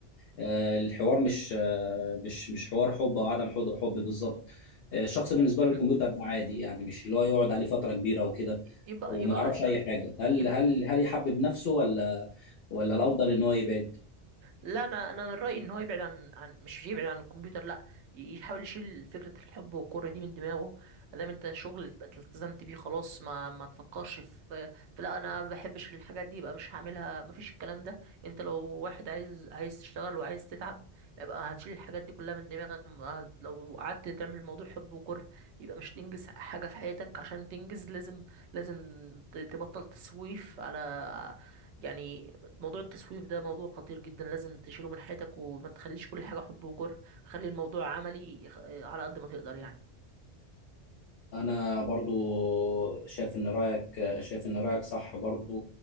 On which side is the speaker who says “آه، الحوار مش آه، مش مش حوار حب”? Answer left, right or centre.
Left